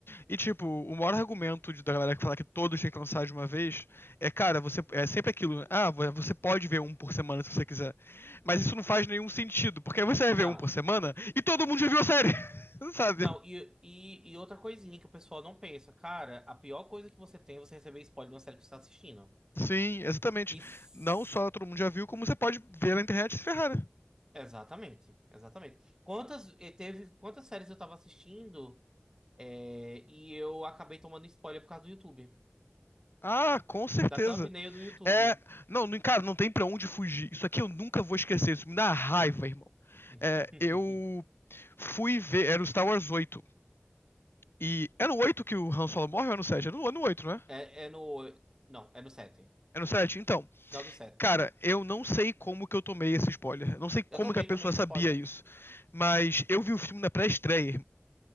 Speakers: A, on the left (about 60°); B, on the right (about 15°).
A: E, tipo, o maior argumento de, da galera que fala que todos têm que lançar de uma vez é, cara, você é sempre aquilo, né? ah, vo- você pode ver um por semana se você quiser. Mas isso não faz nenhum sentido, porque aí você vai
B: Não.
A: ver um por semana e todo mundo já viu a série, <laughs> sabe?
B: Não, e, e, e outra coisinha que o pessoal não pensa, cara, a pior coisa que você tem é você receber spoiler de uma série que você está assistindo.
A: Sim, exatamente.
B: E s-
A: Não só todo mundo já viu, como você pode ver na internet e se ferrar, né?
B: Exatamente, exatamente. Quantas, eh, teve, quantas séries eu tava assistindo, é, e eu acabei tomando spoiler por causa do YouTube,
A: Ah, com certeza.
B: da thumbnail do YouTube.
A: É. Não, não- cara, não tem pra onde fugir. Isso aqui eu nunca vou esquecer. Isso me dá raiva, irmão.
B: <laughs>
A: É, eu fui ver. Era o Star Wars 8 E. Era no 8 que o Han Solo morre ou é no 7? É no, é no 8 né?
B: É, é no. oi- Não, é no sete,
A: É no 7? Então.
B: Final do 7.
A: Cara, eu não sei como que eu tomei esse spoiler. Não sei como
B: Eu tomei
A: que a pessoa
B: também
A: sabia
B: spoiler.
A: isso. Mas eu vi o filme na pré-estreia,